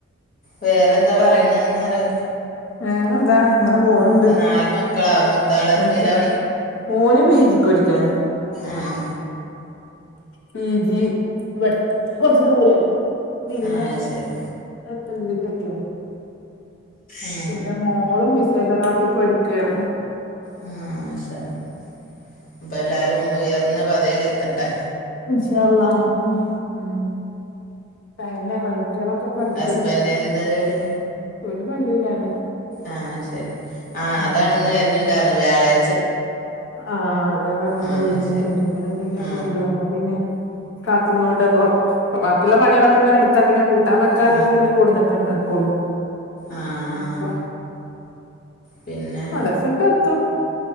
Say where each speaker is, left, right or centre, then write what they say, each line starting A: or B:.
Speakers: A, on the left; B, on the left.
A: വേറെന്താ പറയണ്ന്ന് അറിയ
B: വേറെന്താ അങ്ങനെ പോണുണ്ട്
A: ഇപ്പം നാല് മക്കളാ മൂത്താൾ എത്രയിലാണ്
B: എന്ന്ട്ട് ഓന് പി ജിക്ക് പഠിക്കണ്
A: ആഹ്
B: പി ജി ഇവ്ട് കൊറച്ച്ദൂരേണ് പിന്നെ
A: ആ ശരി
B: <unintelligible>
A: ആ
B: പിന്നെ മോളും ഫിസിയോതെറാപ്പിക്ക് പഠിക്ക്വാണ്
A: ഉം <unintelligible> അപ്പ എല്ലാരും ഉയർന്ന പദവിയിലെത്തട്ടെ
B: ഇൻഷാ അളളാ ഉം ഉം പിന്നെ കുട്ടികളൊക്കെ പഠിക്കലും
A: ഹസ്ബൻഡിന് എന്താ ജോലി
B: ഒരു പള്ളിയിലാണ്
A: ആഹ് ശരി ആഹ്
B: ഉം
A: അതാണ് ഇന്ന് വരുന്നുണ്ട് പറഞ്ഞത് വ്യാഴാഴ്
B: ആഹ് അതാ പറഞ്ഞേന്ന്
A: ആ
B: വര്ന്ന്ണ്ട്
A: ശരി
B: വരുമ്പോളെന്തെങ്കിലും
A: ആ
B: കൊണ്ട്വരുംപ്പോ പിന്നെ കാത്തുന്നോണ്ട് പ്പൊ ബാക്കിയുള്ള പണികളൊക്കെ ഇങ്ങനെ എടുത്താ പിന്നെ കൂട്ടാൻ വെക്കാനുള്ളത്
A: ആ
B: പിന്നെ കൊടുന്നിട്ടുണ്ടാക്കുള്ളൂ
A: ആ
B: അപ്പൊ
A: ആ പിന്നെ
B: അതർ സുട്ടത്തും